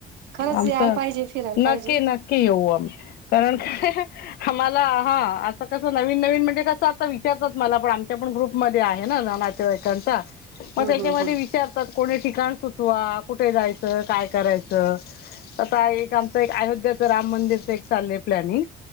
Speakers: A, on the right (about 80°); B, on the left (about 65°).
A: खरंच
B: आमचं,
A: यायला पाहिजे फिरायला
B: नक्की
A: पाहिजे.
B: नक्की येऊ आम्ही. कारण काय आम्हाला हा आ आता कसं नवीन नवीन म्हणजे कसं आता विचारतात मला पण आमच्या पण ग्रुप मध्ये आहे ना ग नातेवाईकांचा मग
A: हम्म
B: त्याच्यामध्ये विचारतात कोणी ठिकाण सुचवा कुठे जायचं काय करायचं. आता एक आमच एक अयोध्याचं राम मंदिरचं एक चाललंय प्लॅनिंग.